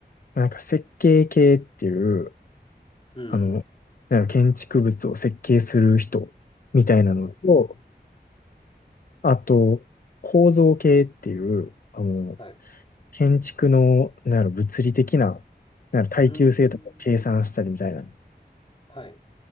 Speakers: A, on the left; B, on the left.
A: なんか設計系っていう、
B: うん。
A: あの、なんか建築物を設計する人みたいなのと、
B: はい。
A: あと、構造系っていう、あの、
B: はい。う
A: 建築の、なんやろ、物理的な、なんやろ、耐久性とかを計算したりみたいな、
B: ーん。はい。